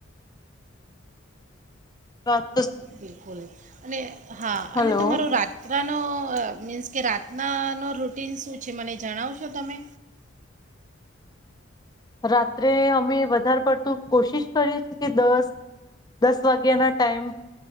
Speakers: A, on the left; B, on the right.
A: <inaudible>
B: બિલકુલ અને હા
A: હલો
B: અને તમારો રાત. તનું. મીન્સ કે રાતનાનો રૂટ. ું છે મને જણાવશો તમે.
A: રાત્રે અમે વધારે પડતું કોશિશ કરીએ છે કે દસ દસ વાગ્યા ના ટાઈમ